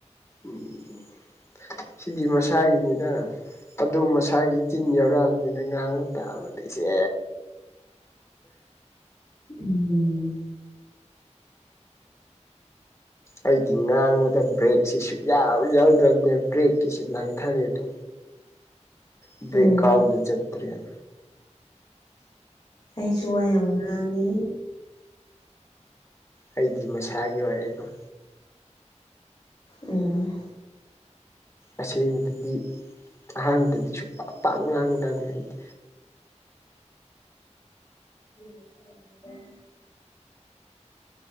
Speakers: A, on the left (about 25°); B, on the left (about 40°).
A: ꯎꯝ ꯁꯤꯗꯤ ꯃꯁꯥꯒꯤꯅꯤꯅ ꯑꯗꯨꯝ ꯃꯁꯥꯒꯤ ꯆꯤꯟ ꯌꯥꯎꯔꯛꯑꯕꯅꯤꯅ ꯉꯥꯡꯕ ꯇꯥꯕꯅꯦ ꯆꯦ
B: ꯎꯝ
A: ꯑꯩꯗꯤ ꯉꯥꯡꯕꯗ ꯕ꯭ꯔꯦꯛꯁꯤ ꯁꯨꯛꯌꯥꯎ ꯌꯥꯎꯗꯕꯅꯦ ꯕ꯭ꯔꯦꯛꯀꯤꯁꯤ ꯅꯥꯟꯊꯔꯦ ꯑꯗꯨ ꯥꯕ꯭ꯔꯦꯛ
B: ꯎꯝ
A: ꯀꯥꯎꯕꯗ ꯆꯠꯇ꯭ꯔꯦꯟ
B: ꯑꯩꯁꯨ ꯋꯥ ꯌꯥꯝ ꯉꯥꯡꯉꯤ
A: ꯑꯩꯗꯤ ꯃꯁꯥꯒꯤ ꯑꯣꯏꯔꯦ ꯑꯗꯨꯝ
B: ꯎꯝ
A: ꯑꯁꯦꯡꯕꯗꯗꯤ ꯑꯍꯥꯟꯕꯗꯗꯤ ꯁꯨꯡ ꯄꯥꯛ ꯄꯥꯛ ꯉꯥꯡꯗꯕꯅꯦ ꯑꯩꯗꯤ
B: <unintelligible> <inaudible>